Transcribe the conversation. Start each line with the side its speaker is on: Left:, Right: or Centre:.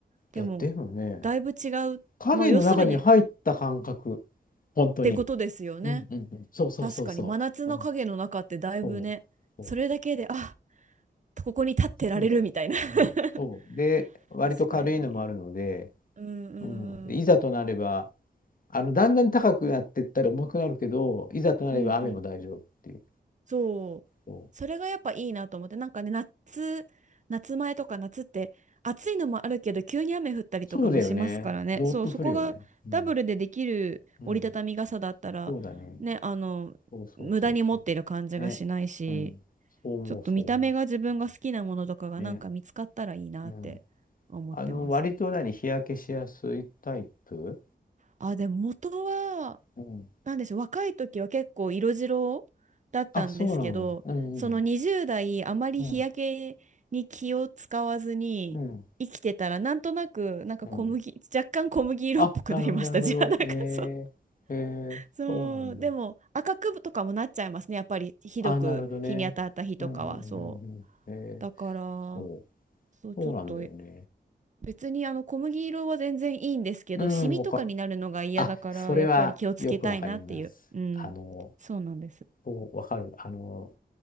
Right: でも、
Left: う。いや、でもね、
Right: だいぶ違う。
Left: 影の中に入った感覚。
Right: まあ、要するにっ
Left: 本当に。
Right: てことですよね。
Left: うんうんうん。そうそうそうそう。
Right: 確かに真夏の影の中ってだいぶね、
Left: うん。そう。そう
Right: それだけで、あここに立ってられるみたいな
Left: そうだよ。
Right: <laughs>
Left: うんそう。で、割と軽いのもあるので、
Right: 確かにうんう
Left: うん。で、
Right: ん
Left: いざとなれば、あの、だんだん高くなっていったら重くなるけど、いざとなれば雨も大丈夫っていう。
Right: うんうんうんそうそれがやっぱいいなと思ってなんかね夏夏前とか夏って暑いのもあるけど急に雨降ったりとかもしますからねそうそこがダブルでできる折りたたみ傘だったらねあの無駄に持っている感じがしないし
Left: そうそうだよね。どーっと降るよね。うん。うん。そうだね。そうそうそうそう。ね。うん。そう思う、
Right: ちょっと見た目が自分が好きなものとかがなんか見つかったらいいなって思ってます。
Left: そう思う。ね。うん。あの、割と何、日焼けしやすいタイプ
Right: あでも元は
Left: うん。
Right: なんでしょう、若い時は結構色白だったんですけど、
Left: あ、そうなの。うんうん。
Right: その20代、あまり日焼けに気を使わずに生きてたら、
Left: うん。うん。
Right: なんとなく、なんか小麦、
Left: うん
Right: 若干小麦色っぽくなりました、
Left: あ、なるほど、なるほど。
Right: <laughs> じゃあ、なんかそう。
Left: えー、えー、
Right: そう、
Left: そうなんだ。
Right: でも赤くとかもなっちゃいますね、やっぱりひどく日に当たった日とかは、
Left: あ、なるほどね。うん、うん、うん、うん。
Right: そ
Left: え
Right: う。だから、
Left: ー、そう、
Right: そう、
Left: そうなんだよね。
Right: ちょっと別にあの小麦色は全然いいんですけど、
Left: うん、
Right: シミとかになるのが嫌だから、
Left: わか、あ、それはよくわかります。
Right: やっぱり気をつけたいなっていう。うん。
Left: あの、
Right: そうなんです。
Left: そう、わかる。あの、